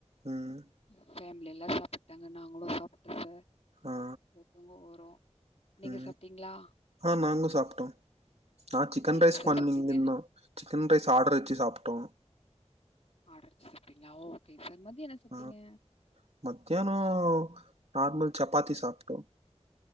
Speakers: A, on the right; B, on the left.
A: உம்
B: ஃபேமிலி எல்லா சாப்பிட்டாங்க நாங்களு சாப்பிட்ட சார்
A: ஆ
B: இப்போ தூங்க போறோ நீங்க
A: ம்
B: சாப்பிட்டீங்களா
A: ஆ நாங்களு சாப்பிட்டோ ஆ சிக்கன்
B: என்ன
A: ரைஸ்
B: சார்
A: பண்ணீருந்தோ
B: சாப்பிட்டீங்க
A: சிக்கன் ரைஸ் ஆர்டர் வச்சு சாப்பிட்டோ
B: ஆர்டர் வச்சு சாப்பிட்டீங்களா ஓக்கேங்க சார் மதிய என்ன சாப்பிட்டீங்க
A: ஆ மத்தியானோ நார்மல் சப்பாத்தி சாப்ட்டோ